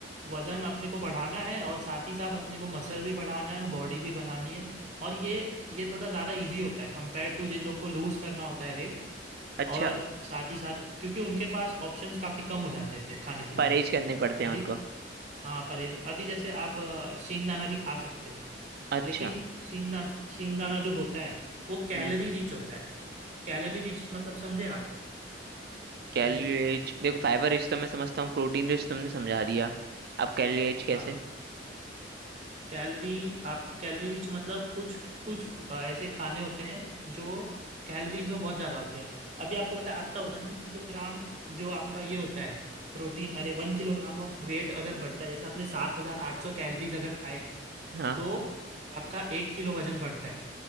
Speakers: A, on the right; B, on the right.
A: वजन अपने को बढ़ाना है और साथ ही साथ अपने को मसल भी बढ़ाना है और बॉडी भी बनानी है और ये ये थोड़ा ज़्यादा इजी होता है कंपेयर टू जिन लोग को लूज़ करना होता है वेट
B: अच्छा
A: और साथ ही साथ क्योंकि उनके पास ऑप्शंस काफ़ी कम हो जाते हैं फिर खाने पीने
B: परहेज
A: के
B: करने पड़ते हैं
A: अभी
B: उनको
A: हाँ परहेज अभी जैसे आप अ, सींगदाना भी खा सकते हो
B: अच्छा
A: लेकिन सींगदाना सींगदाना जो होता है वो कैलोरी
B: हम्म
A: रिच होता है कैलोरी रिच मतलब समझे आप
B: कैलोरी
A: कैल
B: रिच देखो फाइबर रिच तो मैं समझता हूँ प्रोटीन रिच तुमने समझा दिया अब कैलोरी रिच कैसे
A: हाँ कैलोरी आपको कैलोरी रिच मतलब कुछ कुछ अ, ऐसे खाने होते हैं जो कैलोरीज में बहुत ज़्यादा होते हैं अभी आपको पता है आपका वन किलोग्राम जो आपका ये होता है प्रोटीन अरे वन किलोग्राम ऑफ वेट अगर बढ़ता है जैसे आपने सात हज़ार आठ सौ कैलोरीज अगर खाए
B: हाँ
A: तो आपका एक किलो वजन बढ़ता है